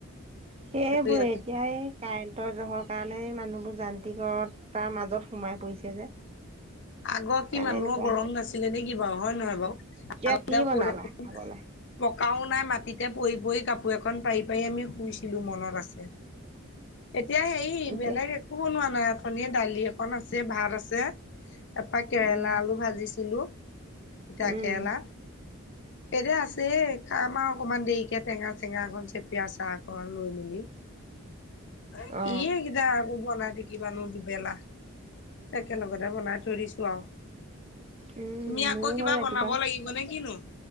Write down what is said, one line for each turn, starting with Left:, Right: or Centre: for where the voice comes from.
Right: সেইবোৰে
Left: এই
Right: এতিয়া এই কাৰেণ্টৰ জহৰত কাৰণে মানুহবোৰ যান্ত্ৰিক তাৰ মাজত সোমাই পৰিছে যে।
Left: আগৰ
Right: সেইকাৰণে
Left: কি মানুহৰ
Right: এনেকুৱা
Left: গৰম
Right: হৈছে
Left: নাছিলে নেকি বাৰু হয় নহয় বাৰু?
Right: এতিয়া
Left: আগতে
Right: কি বনালা খাবলে
Left: <unintelligible> পকাও নাই মাটিতে পৰি পৰি কাপোৰ এখন পাৰি পাৰি আমি শুইছিলো মনত আছে। এতিয়া হেৰি
Right: এতিয়া
Left: বেলেগ একো বনোৱা নাই অথনিৰে দালি এখন আছে, ভাত আছে। তাৰপা কেৰেলা
Right: উম
Left: আলু ভাজিছিলো, তিতা
Right: উম
Left: কেৰেলা। এনে আছে, খাম আৰু অকণমান দেৰিকে টেঙা - চেঙা অকণ চেপি আচাৰ অকণ লৈ মেলি। এ,
Right: অ
Left: কি এ কেইটা আকৌ বনাই থাকিম। কিবানো দুবেলা, একেলগতে বনাই থৈ দিছো আৰু।
Right: উম
Left: তুমি
Right: মোৰ
Left: আকৌ কিবা
Right: হয় ৰাতিপুৱা
Left: বনাব লাগিব নে কিনো?